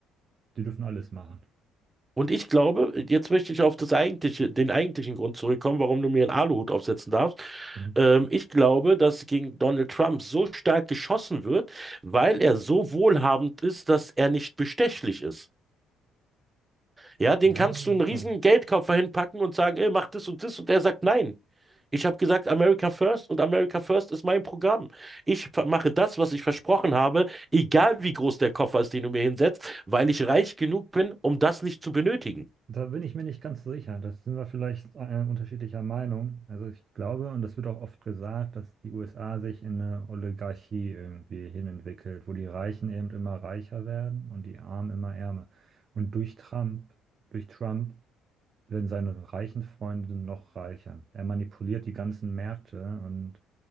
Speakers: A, on the right; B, on the right.
A: die dürfen alles machen.
B: Und ich glaube, jetzt möchte ich auf das eigentliche, den eigentlichen Grund zurückkommen, warum du mir einen Aluhut aufsetzen darfst.
A: Mhm.
B: Ähm, ich glaube, dass gegen Donald Trump so stark geschossen wird, weil er so wohlhabend ist, dass er nicht bestechlich ist. Ja, den
A: Ja,
B: kannst
A: na
B: du einen
A: klar.
B: riesen Geldkoffer hinpacken und sagen, ey, mach das und das. Und der sagt, nein. Ich habe gesagt, America First und America First ist mein Programm. Ich ver- mache das, was ich versprochen habe, egal wie groß der Koffer ist, den du mir hinsetzt, weil ich reich genug bin, um das nicht zu benötigen.
A: Da bin ich mir nicht ganz sicher. Das sind wir vielleicht äh, unterschiedlicher Meinung. Also ich glaube, und das wird auch oft gesagt, dass die USA sich in eine Oligarchie irgendwie hinentwickelt, wo die Reichen eben immer reicher werden und die Armen immer ärmer. Und durch Trump, durch Trump werden seine reichen Freunde noch reicher. Er manipuliert die ganzen Märkte und